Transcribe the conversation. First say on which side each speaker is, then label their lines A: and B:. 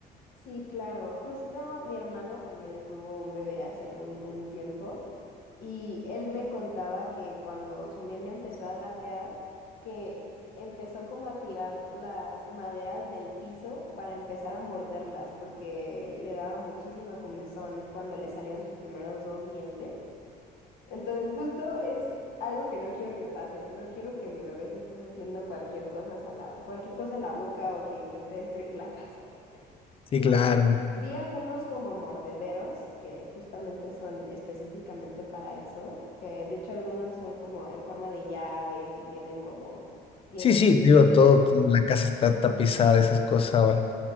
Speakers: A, on the left; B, on the left.
A: Sí, claro. Justo mi hermano también tuvo un bebé hace un, un tiempo y él me contaba que cuando su nene empezó a gatear, que empezó como a tirar las maderas del piso para empezar a morderlas porque le daba muchísima comezón cuando le salieron sus primeros dos dientes. Entonces, justo es algo que no quiero que pase. No quiero que mi bebé se esté metiendo cualquier cosa a la, cualquier cosa a la boca o que intente destruir la <laughs> casa.
B: Sí,
A: Y
B: claro.
A: vi algunos como mordederos, que justamente son específicamente para eso, que de hecho algunos son como en forma de llaves y tienen como dientes.
B: Sí, sí, digo, todo, todo- la casa está tapizada de esas cosas ahora.